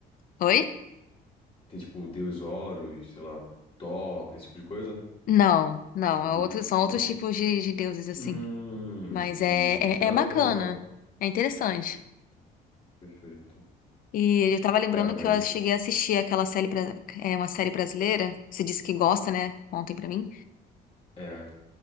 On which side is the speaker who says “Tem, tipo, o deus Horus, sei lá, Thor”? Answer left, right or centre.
Left